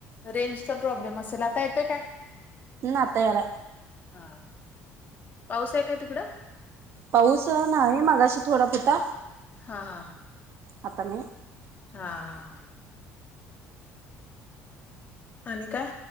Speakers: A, on the left; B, on the right.
A: रेंजचा प्रॉब्लेम असेल, आता येतोय काय?
B: अता यालाय.
A: हा पाऊस आहे काय तिकडं?
B: पाऊस नाही मागाशी थोडा होता.
A: हा हा!
B: आता मी
A: हा हा! आणि काय?